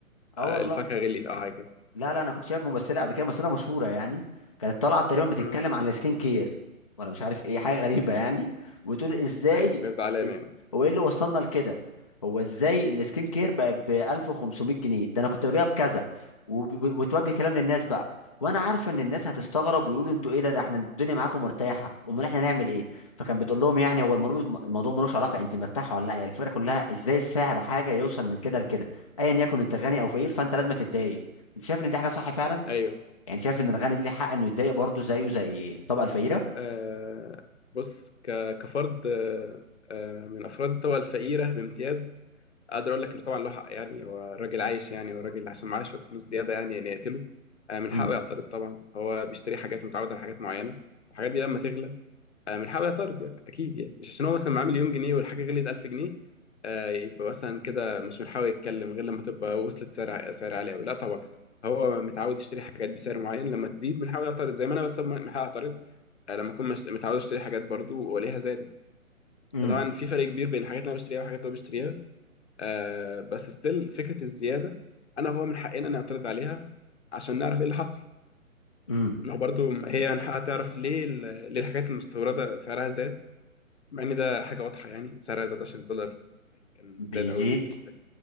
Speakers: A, on the left (about 50°); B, on the left (about 25°).
A: آه،
B: اه والله
A: الفاكهة غليت او حاجة كده
B: لا لا انا كنت شايف ممثله قبل كده ممثله مشهوره يعني كانت طالعه تقريبا بتتكلم
A: مم.
B: عن السكين كير ولا مش عارف ايه حاجه غريبه يعني وتقول ازاي
A: ايوه فهي زعلانة
B: إز-
A: يعني
B: هو ايه اللي وصلنا لكده هو ازاي السكين كير بقى ب 1500 جنيه ده انا كنت بجيبها بكذا وب- ب- وتوجه كلام للناس بقى وانا عارفه ان الناس هتستغرب ويقولوا انتوا ايه ده ده احنا الدنيا معاكم مرتاحه امال احنا نعمل ايه فكان بتقول لهم يعني هو الموضوع الموضوع ملوش علاقه انت مرتاحه ولا لا هي الفكره كلها ازاي السعر حاجه يوصل من كده لكده ايا يكن انت غني او فقير
A: مم.
B: فانت لازم تتضايق انت شايف ان دي حاجه صح فعلا
A: ايوه
B: يعني شايف ان الغني ليه حق انه يتضايق برضه زيه زي الطبقه الفقيره
A: آه، بص ك- كفرد آه، آه، من افراد الطبقه الفقيره بامتياز اقدر اقول لك انه طبعا له حق يعني هو راجل عايش يعني هو راجل عشان معاه شويه فلوس زياده يعني يعني يقتله آه، من
B: امم
A: حقه يعترض طبعا هو بيشتري حاجات متعود على حاجات معينه الحاجات دي لما تغلى آه، من حق طرد يعني اكيد يعني مش عشان هو مثلا معاه مليون جنيه والحاجه غليت 1000 جنيه آه، يبقى مثلا كده مش من حقه يتكلم غير لما تبقى وصلت سعر سعر عالي قوي لا طبعا هو متعود يشتري حاجات بسعر معين لما تزيد من حقه يعترض زي ما انا بس من حقي اعترض آه، لما اكون مش- متعود اشتري حاجات برضو والاقيها زادت
B: امم
A: طبعا في فرق كبير بين الحاجات اللي انا بشتريها والحاجات اللي هو بيشتريها آه، بس ستيل فكره الزياده انا هو من حقنا نعترض عليها عشان نعرف ايه اللي حصل
B: امم
A: ما هو برضو هي من حقها تعرف ليه ال- ليه الحاجات المستورده سعرها زاد مع ان ده حاجه واضحه يعني سعرها زاد عشان الدولار كان
B: بيزيد
A: زاد قوي الفتره اللي فاتت